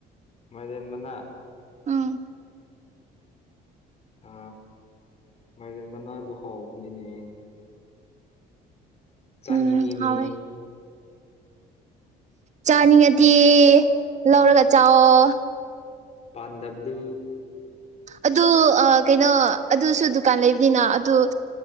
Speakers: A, on the left (about 40°); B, on the right (about 45°).
A: ꯃꯥꯏꯔꯦꯟ ꯃꯅꯥ
B: ꯎꯝ
A: ꯑ ꯃꯥꯏꯔꯦꯟ ꯃꯅꯥꯗꯣ ꯍꯥꯎꯕꯅꯤꯅꯦ ꯆꯥꯅꯤꯡꯉꯤꯅꯦ
B: ꯎꯝ ꯍꯥꯎꯋꯦ ꯆꯥꯅꯤꯡꯉꯗꯤ ꯂꯧꯔꯒ ꯆꯥꯎꯑꯣ
A: ꯄꯥꯟꯗꯝꯗꯨ
B: ꯑꯗꯨ ꯀꯩꯅꯣ ꯑꯗꯨꯁꯨ ꯗꯨꯀꯥꯟ ꯂꯩꯕꯅꯤꯅ ꯑꯗꯨ